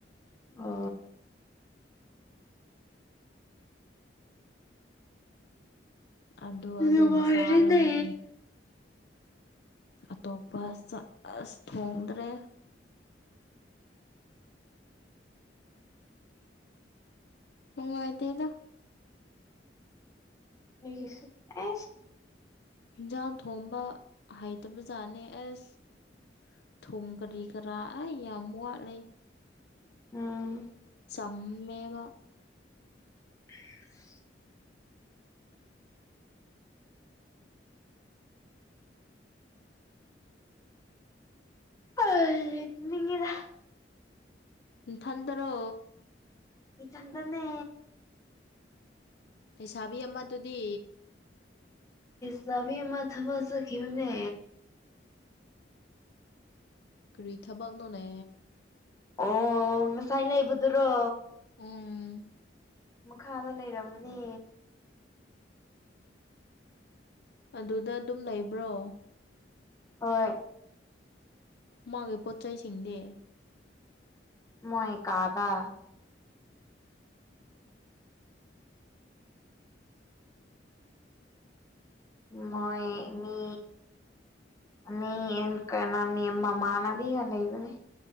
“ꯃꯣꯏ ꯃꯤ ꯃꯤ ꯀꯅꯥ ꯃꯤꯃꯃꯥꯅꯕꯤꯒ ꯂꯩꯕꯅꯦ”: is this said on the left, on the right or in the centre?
Left